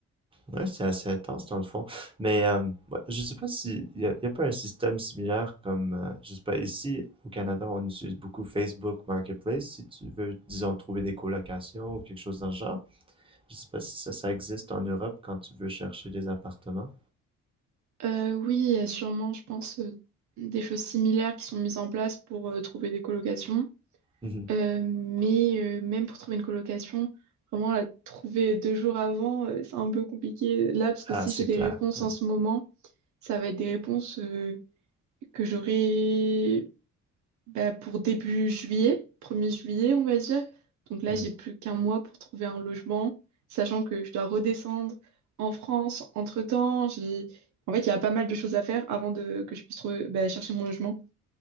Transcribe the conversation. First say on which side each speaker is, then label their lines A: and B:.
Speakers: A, on the right; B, on the right.
A: Ouais, c'est assez intense dans le fond. Mais euh, ouais, je sais pas si y a, y a pas un système similaire comme euh, je sais pas ici au Canada on utilise beaucoup Facebook Marketplace si tu veux disons trouver des colocations ou quelque chose dans le genre. Je sais pas si ça ça existe en Europe quand tu veux chercher des appartements.
B: Euh, oui, il y a sûrement, je pense, euh, des choses similaires qui sont mises en place pour euh, trouver des colocations.
A: Mhm.
B: Euh, mais euh, même pour trouver une colocation, vraiment la trouver deux jours avant, euh, c'est un peu compliqué là, parce que
A: Ah
B: si
A: c'est
B: j'ai des
A: clair.
B: réponses
A: Ouais.
B: en ce moment, ça va être des réponses euh, que j'aurai bah, pour début juillet, premier juillet, on va dire. Donc là,
A: Mm.
B: j'ai plus qu'un mois pour trouver un logement, sachant que je dois redescendre en France. Entre-temps, j'ai... En fait, il y a pas mal de choses à faire avant de... que je puisse trouver- bah, chercher mon logement.